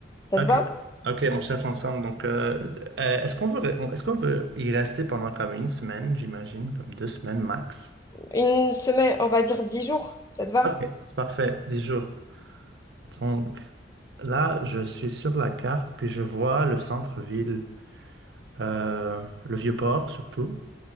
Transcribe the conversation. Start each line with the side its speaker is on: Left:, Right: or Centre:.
Left: Ça
Right: OK.
Left: te va?
Right: OK, on cherche ensemble. Donc, euh, euh, est-ce qu'on veut, re- est-ce qu'on veut y rester pendant comme une semaine, j'imagine, comme deux semaines max?
Left: Une semaine, on va dire dix jours. Ça te va?
Right: OK, c'est parfait, dix jours. Donc, là, je suis sur la carte, puis je vois le centre-ville, euh, le Vieux-Port surtout,